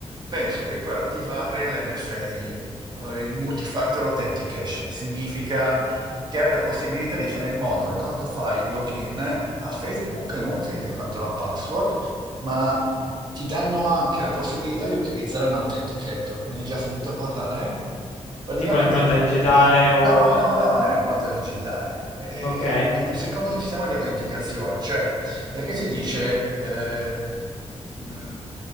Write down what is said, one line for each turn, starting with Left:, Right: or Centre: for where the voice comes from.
Right: penso che puoi attivare l'MFA, eh, il Multi-Factor Authentication, che significa che hai la possibilità di fare in modo che quando fai il login a Facebook non utilizzi soltanto la password, ma ti danno anche la possibilità di utilizzare un authenticator. Ne hai già sentito parlare? Praticamente,
Left: tipo l'impronta digitale o
Right: no,
Left: il...
Right: no, no, non è un'impronta digitale, è
Left: Ok,
Right: un, un secondo sistema di autenticazione, cioè perché si dice, eh, mh,